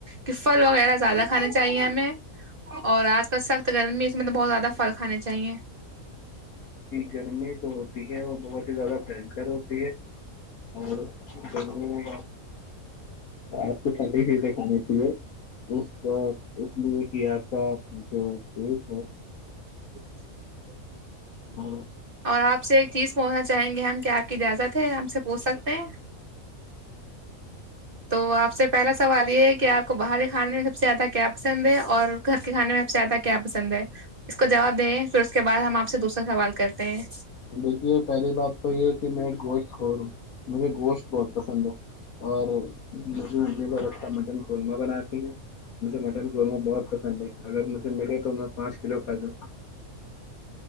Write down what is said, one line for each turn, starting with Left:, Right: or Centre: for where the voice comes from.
Right: کہ پھل وغیرہ زیادہ کھانے چاہیے ہمیں اور آج کل سخت گرمی اس میں تو بہت زیادہ پھل کھانے چاہیے
Left: گرمی جو ہوتی ہے وہ بہت ہی زیادہ بنکر ہوتی ہے اور گرمیے آپ کو ٹھنڈی چیزیں کھانی چاہیے اس اس لیے کہ آپ کا جو پیٹ ہے
Right: <unintelligible>
Left: اور
Right: اور آپ سے ایک چیز مونا چاہیں گے ہم کہ آپ کی اجازت ہے ہم سےب ہو سکتے ہیں تو آپ سے پہلا سوال یہ ہے کہ آپ کو باہر کھانے میں سب سے زیادہ کیا پسند ہے اور گھر کے کھانے میں آب سے زیادہ کیا پسند ہے اس کو جواب دیں پھر اس کے بعد ہم آپ سے دوسرا سوال کرتے ہیں
Left: دیکھیے پہلی بات تو یہ کہ میں گوشت کھ رہ ہوں مجھے گوشت بہت پسند ہے اور <unintelligible> قورمہ بناتی ہ ہیں مجھے مٹن قورمہ بہت پسند ہے اگر مجھے ملے تو میں پانچ کلو فائدہ